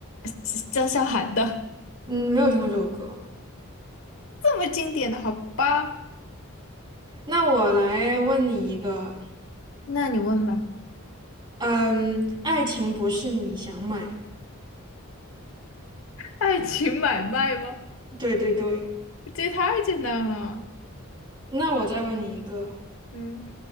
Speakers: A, on the left; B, on the right.
A: 是张韶涵的，
B: 嗯，没有听过这首歌。
A: 这么经典的，好吧？
B: 那我来问你一个，
A: 那你问吧。
B: 嗯，爱情不是你想买。
A: 爱情买卖吗？
B: 对对对，
A: 这也太简单了。
B: 那我再问你一个，
A: 嗯，